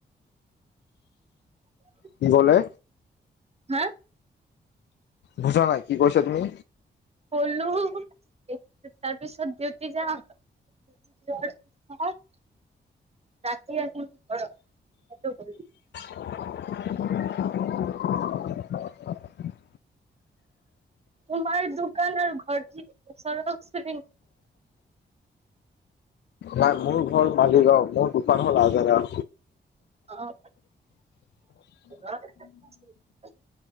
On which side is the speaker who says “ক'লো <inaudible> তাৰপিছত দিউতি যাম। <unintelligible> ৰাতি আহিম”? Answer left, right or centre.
Right